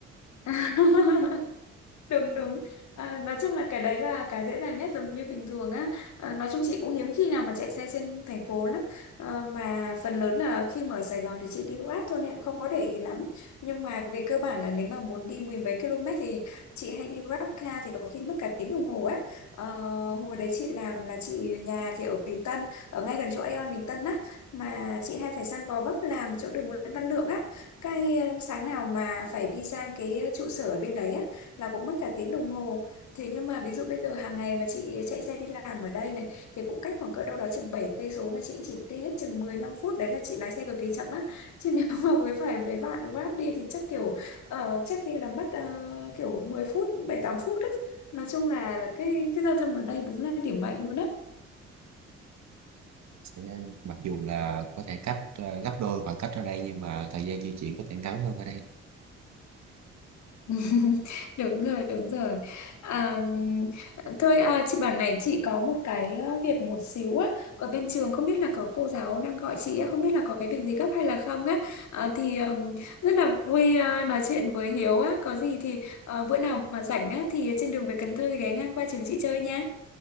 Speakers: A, on the left (about 70°); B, on the right (about 65°).
A: <laughs> đúng đúng à, nói chung là cái đấy là cái dễ dàng nhất giống như bình thường á à, nói chung chị cũng hiếm khi nào mà chạy xe trên thành phố lắm Ờ, mà phần lớn là khi mà ở Sài Gòn thì chị đi Grab thôi nên cũng không có để ý lắm nhưng mà về cơ bản là nếu mà muốn đi mười mấy km thì chị hay đi Grab car thì có khi mất cả tiếng đồng hồ á Ờ, hồi đấy chị làm là chị nhà thì ở Bình Tân ở ngay gần chỗ Aeon Bình Tân á mà chị hay phải sang Gò Vấp làm chỗ đường Nguyễn Văn Lượng á cái ờ, sáng nào mà phải đi sang cái trụ sở ở bên đấy á là cũng mất cả tiếng đồng hồ thế nhưng mà ví dụ bây giờ hàng ngày mà chị chạy xe đi làm ở đây này thì cũng cách khoảng cỡ đâu đó chừng 7 cây số mà chị chỉ đi hết chừng mười lăm phút đấy là chị lái xe cực kỳ chậm á <laughs> chứ nếu mà với phải mấy bạn Grab đi thì chắc kiểu ờ, chắc khi là mất ờ, kiểu mười phút 7 8 phút á nói chung là cái cái giao thông ở đây đúng là điểm mạnh luôn á
B: sẽ mặc dù là có thể cách ờ, gấp đôi khoảng cách ở đây nhưng mà thời gian di chuyển có thể ngắn hơn ở đây
A: <laughs> đúng rồi đúng rồi à, thôi à, chị bảo này chị có một cái à, việc một xíu á ở bên trường không biết là có cô giáo đang gọi chị á không biết là có cái việc gì gấp hay là không á à, thì ừm, rất là vui à, nói chuyện với Hiếu á có gì thì à, bữa nào mà rảnh á thì trên đường về Cần Thơ thì ghé ngang qua trường chị chơi nha